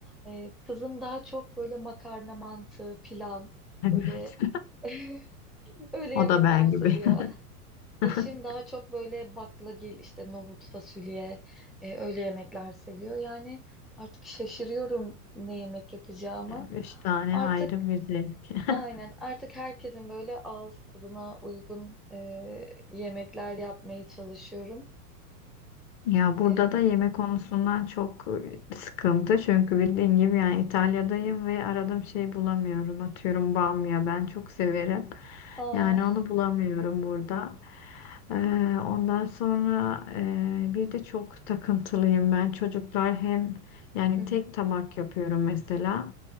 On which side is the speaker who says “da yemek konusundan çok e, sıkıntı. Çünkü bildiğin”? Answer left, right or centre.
Left